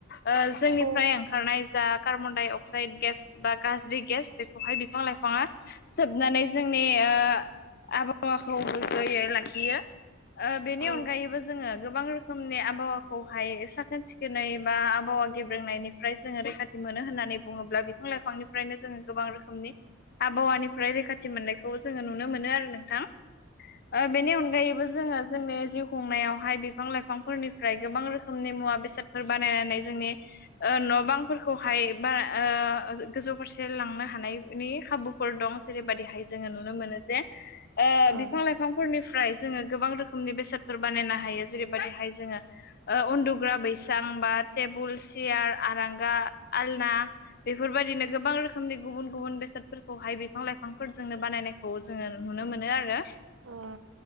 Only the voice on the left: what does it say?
ओ जोंनिफ्राय
ओं खारनाय जा कार्बन डाइ अक्साइड गेस बा गाज्रि गेस बेखौहाय बिफां लाइफाङा सोबनानै जोंनि ओ आबहावाखौ गोगोयै लाखियो ओ बेनि
अनगायैबो जोङो गोबां रोखोमनि आबहावाखौहाय साखोन सिखोनै बा आबहावा गेब्रेंनायनिफ्राय जोङो रैखाथि मोनो होननानै बुङोब्ला बिफां लाइफांनिफ्रायनो जोङो गोबां रोखोमनि आबहावानिफ्राय रैखाथि मोननायखौ जोङो नुनो मोनो आरो नोंथां। ओ बेनि अनगायैबो जोङो जोंनि जिउ खुंनायावहाय बि बिफां लाइफांफोरनिफ्राय गोबां रोखोमनि मुवा बेसादफोर बानायनानै जोंनि ओ न' बांफोरखौहाय बारा ओ गोजौ फारसे लांनो हानायनि खाबु फोर दं जेरैबायदिहाय जोङो नुनो मोनो जे ओ
बिफां लाइफांफोरनिफ्राय जोङो गोबां रोखोमनि बेसादफोर बानायनो हायो। जेरैबायदिहाय जोङो उन्दुग्रा बैसां बा टेबोल सियार आरांगा आलना। बेफोरबायदिनो गोबां रोखोमनि गुबुन गुबुन बेसादफोरखौहाय बिफां लाइफांफोरजोंनो बानायनाय खौ जोङो नुनो मोनो आरो